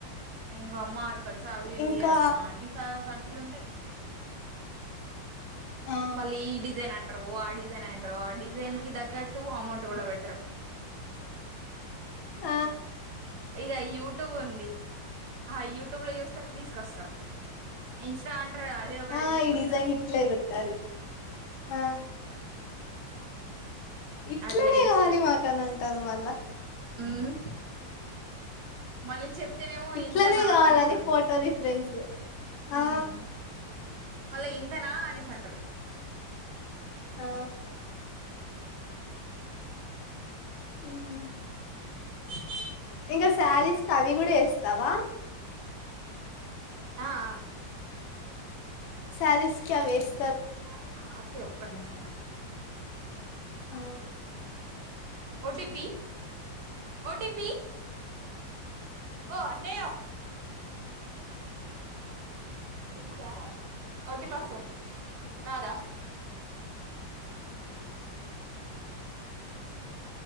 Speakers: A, on the right; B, on the left.
A: ఇంగో అమ్మా కర్చ అవి ఇవి
B: ఇంకా
A: దాన్ని క ఖర్చులుంటాయి
B: ఆ
A: మళ్ళీ ఈ డిజైన్ అంటారు. ఆ డిజైన్ అంటారు. ఆ డిజైన్ కి తగ్గట్టు అమౌంట్ కూడా పెట్టరు
B: ఆ
A: ఇది యూట్యూబ్ ఉంది ఆ యూట్యూబ్ లో చూస్త స్తరు తీసుకొస్తారు. ఇన్స్టా అంటారు అది ఒకటే
B: ఆ
A: తీసుకొస్తారు
B: ఈ డిజైన్ ఇట్లే గుట్టాలి ఆ ఇట్లనే
A: అట్లా చేస్తారు
B: కావాలి మాకు అని అంటారు. మళ్ళా
A: హ్మ్ మళ్ళీ చెప్తేనేమో
B: ఇట్లనే
A: ఇంతనా
B: కావాలని
A: అనేసి అన్
B: ఫోటో రిఫరెన్స్
A: హ్మ్
B: ఆ
A: మళ్ళా ఇంతనా అనేసి అంటారు
B: ఆ
A: ఆ
B: ఉమ్.
A: <inaudible>
B: ఇంకా
A: ఉంటాయి
B: శారీస్ కి అవి కూడా చేస్ తవా
A: ఆ ఆ
B: సారిస్ కి అవేస్
A: శారీస్ ఒకే ఒక్క నిమిషం
B: ఆ
A: ఓటీపీ ఓటీపీ ఓ అన్నయ్యో ఓటీప ఓటీపస్తద్ నాద <inaudible>